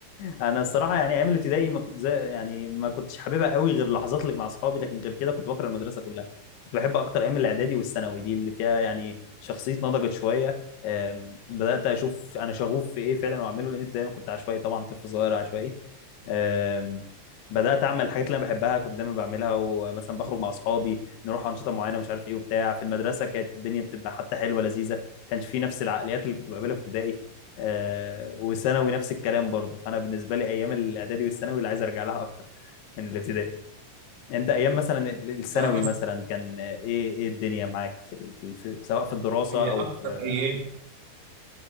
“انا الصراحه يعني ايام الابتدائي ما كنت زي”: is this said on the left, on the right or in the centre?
Left